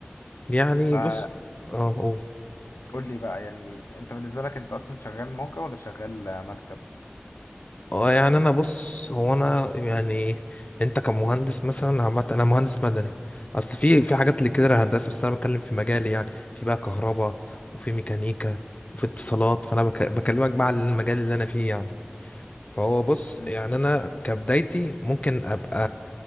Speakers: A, on the left; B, on the left.
A: يعني
B: فقول
A: بص اه قول
B: لي بقى يعني أنت بالنسبة لك أنت أصلا شغال موقع ولا شغال آه، مكتب؟
A: اه يعني انا بص هو انا يعني انت كمهندس مثلا عامه انا مهندس مدني اصل في في حاجات اللي كده هندسه بس انا بتكلم في مجالي يعني في بقى كهرباء وفي ميكانيكا وفي اتصالات فانا بك- بكلمك بقى على المجال اللي انا فيه يعني فهو بص
B: مم.
A: يعني انا كبدايتي ممكن ابقى